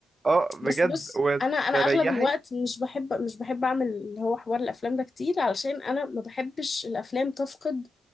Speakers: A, on the right; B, on the left.
A: اه بجد
B: بس بص
A: وتريحي
B: انا انا اغلب الوقت مش بحب مش بحب اعمل اللي هو حوار الافلام ده كتير علشان انا ما بحبش الافلام تفقد